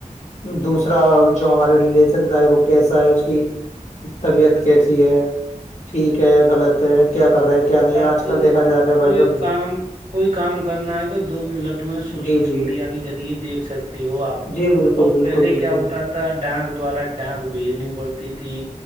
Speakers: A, on the left; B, on the right.
A: دوسرا
B: جی
A: جو ہمارے ریلیشن کا ہے وہ کیسا ہے اس کی طبیعت کیسی ہے ٹھیک ہے غلط کیا کر رہے ہیں کیا نہیں
B: اب
A: آج
B: تو
A: کل دیکھا جا رہا ہے
B: کوئی
A: بھائی جب
B: کام کوئی کام کرنا ہے تو دو منٹ سوشل
A: جی جی
B: میڈیا کے ذریعے دیکھ سکتے ہو آپ
A: جی بالکل
B: اور
A: بالکل
B: پہلے
A: بالکل
B: کیا ہوتا تھا ڈانک دوارا ڈانک بھیجنی پڑتی تھی